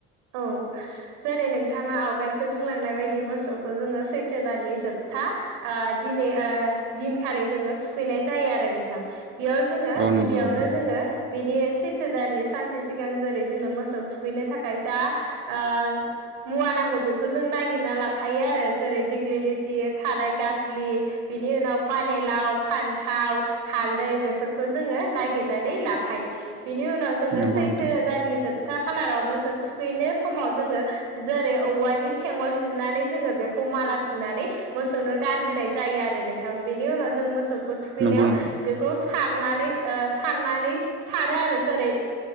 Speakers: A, on the right; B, on the right.
A: औ जेरै नोंथाङा आवगायसो बुंलांनाय बायदि मोसौखौ जोङो सैथो दाननि जोबथा दिनै दिनखालि, जोङो थुखैनाय जायो आरो नोंथां बेयाव जोङो
B: औ
A: गिबियावनो
B: नंगौ नोंथां
A: जोङो, बिनि सैथो दाननि सानसे सिगां जेरै जोंनो मोसौ थुखैनो थाख खायसा ओ मुवा नांगौ बेखौ जों नागिरना लाखायो आरो जेरै दिग्लिलिथि थाराय गाज्लि, बिनि उनाव पानिलाव फान्थाव हालदै बेफोरखौ जोङो नागिरनानै लाखायो। बिनि उनाव जोङो
B: नंगौ
A: सैथो
B: नोंथां
A: दाननि जोबथा खालाराव मोसौ, थुखैनो समाव जोङो जेरै औवानि थेंउल जिरनानै जोङो बेखौ माला सुनानै, मोसौनो गानहोनाय जायो आरो नोंथां बेनि उनाव जों मोसौ, थुखैनायाव
B: नंगौ नोंथां
A: बेखौ सारनानै ओ सारनानै सारो आरो जेरै